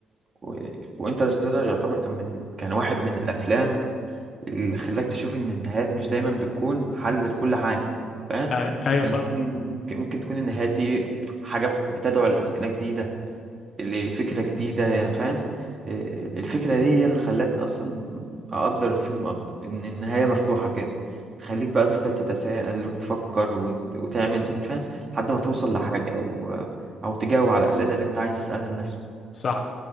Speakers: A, on the right; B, on the left.
A: و... وانترستيلر يعتبر كان من كان واحد من الأفلام اللي خلاك تشوف إن النهايات مش دايما بتكون حل لكل حاجة فاهم
B: اي ايوه
A: لكن
B: صح
A: ممكن ممكن تكون النهايات دي حاجة بتدعو لأسئلة جديدة لفكرة جديدة يعني فاهم إيه، الفكرة دي هي اللي خلتني أصلا أقدر الفيلم أكتر إن النهاية مفتوحة كده تخليك بقى تفضل تتساءل وتفكر وت- وتعمل وتفهم لحد ما توصل لحاجة أو أو تجاوب على الأسئلة اللي أنت عايز تسألها لنفسك
B: صح